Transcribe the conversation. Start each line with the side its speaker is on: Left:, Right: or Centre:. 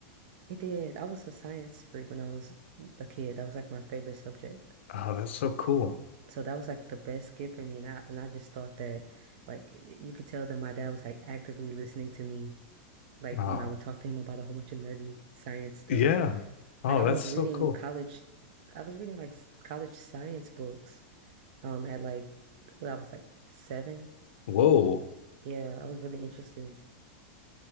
Right: It did. I was a science freak when I was a kid. That was like my favorite subject.
Left: oh, that's so cool.
Right: So that was like the best gift for me. And I and I just thought that like you could tell that my dad was like actively listening to me, like
Left: Oh,
Right: when I would talk to him about a whole bunch of nerdy science stuff.
Left: yeah. Oh,
Right: Like I
Left: that's
Right: was
Left: so
Right: reading
Left: cool.
Right: college I was reading like s- college science books um at like when I was like seven.
Left: Whoa.
Right: Yeah, I was really interested in